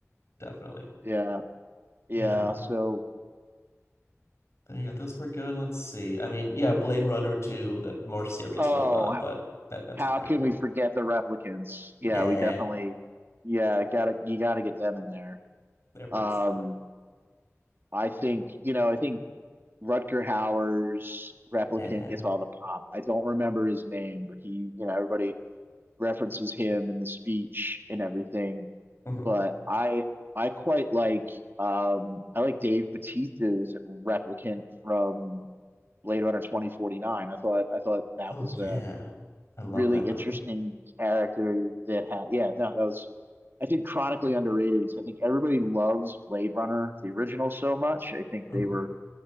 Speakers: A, on the left; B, on the right.
A: Definitely.
B: Yeah. Yeah.
A: Yeah. um,
B: So,
A: but yeah, those were good. Let's see. I mean, yeah, Blade Runner 2, that more serious
B: oh,
A: robot, but that that's
B: How
A: a great
B: can
A: one.
B: we forget the replicants? Yeah,
A: Yeah,
B: we definitely, yeah, gotta you gotta get them in there.
A: they're pretty
B: Um,
A: stellar.
B: I think you know, I think Rutger Hauer's replicant
A: Yeah.
B: gets all the pop. I don't remember his name, but he, you know, everybody references him in the speech and everything.
A: Mhm.
B: But I, I quite like, um, I like Dave Bautista's replicant from Blade Runner 2049. I thought, I thought that
A: Oh
B: was
A: yeah.
B: a
A: I
B: really
A: love that movie.
B: interesting character that had. Yeah, no, that was. I think chronically underrated because I think everybody loves Blade Runner, the original, so much. I think
A: Mhm.
B: they were